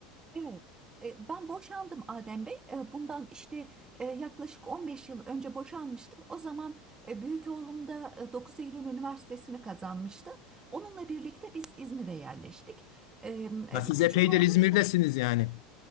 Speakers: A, on the right (about 25°); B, on the left (about 70°).
A: Evet, e, ben boşandım Adem Bey. E, Bundan işte e, yaklaşık 15 yıl önce boşanmıştım. O zaman e, büyük oğlum da e, 9 Eylül Üniversitesi'ni kazanmıştı. Onunla birlikte biz İzmir'e yerleştik. E, e,
B: Ha, siz
A: Küçük
B: epeydir
A: oğlum
B: İzmir'desiniz yani.